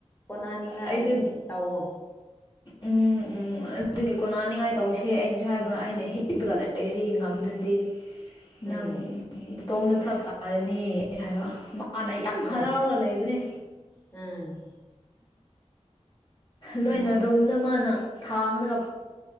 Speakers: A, on the left; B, on the left.
A: ꯀꯣꯟꯅꯅꯤꯡꯉꯥꯏ
B: ꯑꯩꯁꯨ
A: ꯇꯧꯑꯣ
B: ꯎꯝ ꯎꯝ ꯑꯗꯨꯒꯤ ꯀꯣꯟꯅꯅꯤꯡꯉꯥꯏ ꯇꯧꯁꯦ ꯑꯩꯅꯁꯨ ꯍꯥꯏꯏꯕ ꯑꯩꯅ ꯍꯤꯞꯄꯒ ꯂꯩꯔꯤ ꯉꯝꯗ꯭ꯔꯗꯤ ꯅꯪ
A: ꯎꯝ
B: ꯑꯇꯣꯝꯗ ꯐꯔꯛ ꯇꯥꯔꯅꯤꯅ ꯍꯥꯏꯕ ꯍꯥꯟꯅꯩ ꯌꯥꯝ
A: ꯎꯝ
B: ꯍꯔꯥꯎꯔꯒ ꯂꯩꯕꯅꯦ
A: ꯎꯝ
B: ꯂꯣꯏꯅ
A: ꯎꯝ
B: ꯔꯨꯝꯗ ꯃꯥꯅ ꯊꯥꯡꯂꯒ